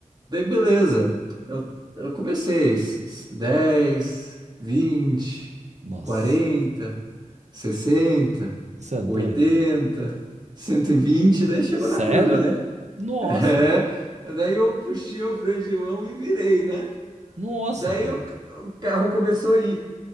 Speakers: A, on the right (about 30°); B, on the right (about 60°).
A: Daí beleza. Eu, eu comecei s- s- dez, vinte,
B: nossa.
A: quarenta sessenta
B: Você é doido?
A: oitenta cento e vinte daí chegou
B: Sério?
A: na curva, né?
B: Nossa.
A: É, daí eu puxei o freio de mão e virei, né?
B: Nossa,
A: Daí
B: velho.
A: o, o carro começou a ir,